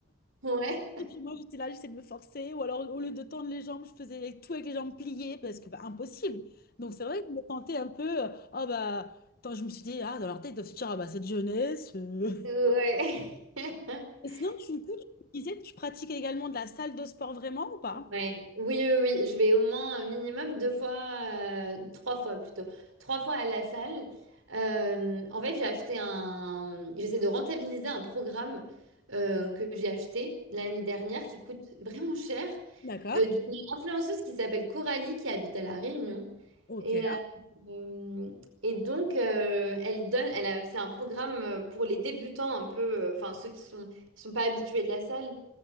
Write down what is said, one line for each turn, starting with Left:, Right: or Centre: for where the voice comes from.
Right: Ouais,
Left: Et puis moi, j'étais là, j'essayais de me forcer. Ou alors, au lieu de tendre les jambes, je faisais tout avec les jambes pliées parce que, bah, impossible. Donc, c'est vrai que je me sentais un peu. euh, Ah, bah. Attends, je me suis dit, ah, dans leur tête, ils doivent se dire, ah, bah, cette jeunesse. euh.
Right: <laughs> ouais. <laughs>
Left: Et sinon, du coup, tu disais que tu pratiques également de la salle de sport vraiment ou pas?
Right: Ouais. Oui, oui, oui, je vais au moins un minimum deux fois, euh, trois fois plutôt, trois fois à la salle. Euh, en fait, j'ai acheté un, j'essaie de rentabiliser un programme euh, que j'ai acheté l'année dernière qui coûte vraiment cher,
Left: D'accord.
Right: euh, d'une influenceuse qui s'appelle Coralie qui habite à La Réunion.
Left: Ok.
Right: Et, euh, et donc, euh, elle donne, elle a- c'est un programme euh, pour les débutants un peu, euh, enfin ceux qui sont, qui sont pas habitués de la salle